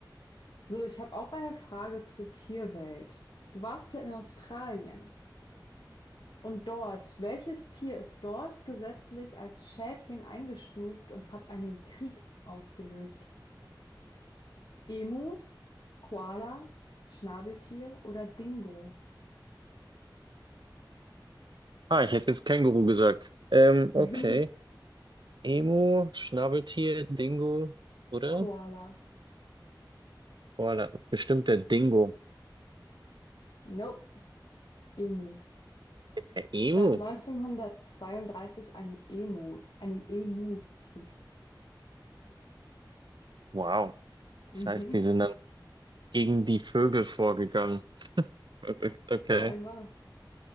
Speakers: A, on the left (about 70°); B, on the right (about 70°).
A: So, ich habe auch eine Frage zur Tierwelt. Du warst ja in Australien. Und dort, welches Tier ist dort gesetzlich als Schädling eingestuft und hat einen Krieg ausgelöst? Emu, Koala, Schnabeltier oder Dingo?
B: Ah, ich hätte jetzt Känguru gesagt. Ähm,
A: <laughs>
B: okay. Emu, Schnabeltier, Dingo, oder?
A: Koala.
B: Boah, da, bestimmt der Dingo.
A: Nope. Emu.
B: Der Emu.
A: Es gab 1932 einen Emu, einen Emu-Krieg. <laughs>
B: Wow. Das
A: Mhm.
B: heißt, die sind dann gegen die Vögel vorgegangen. Verrückt. Okay.
A: Scheinbar.